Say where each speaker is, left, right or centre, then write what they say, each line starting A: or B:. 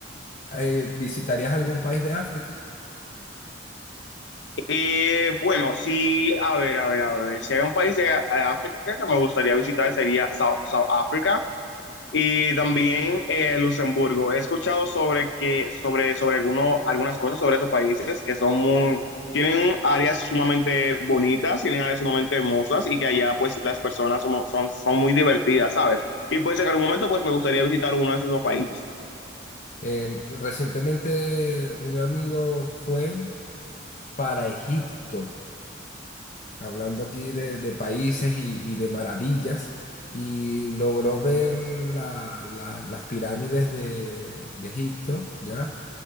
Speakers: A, on the left (about 40°); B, on the left (about 65°).
A: Eh, ¿visitarías algún país de África?
B: Eh, bueno, sí, a ver, a ver, a ver. Si hay un país de eh, África que me gustaría visitar sería South, South Africa. Y también eh, Luxemburgo. He escuchado sobre que, sobre, sobre alguno, algunas cosas sobre esos países que son muy, tienen áreas sumamente bonitas, tienen áreas sumamente hermosas y que allá pues las personas son, son, son muy divertidas, ¿sabes? Y pues en algún momento pues me gustaría visitar uno de esos dos países.
A: Eh, recientemente un amigo fue para Egipto. hablando aquí de, de países y, y de maravillas, y logró ver la- la- las pirámides de, de Egipto, ¿ya?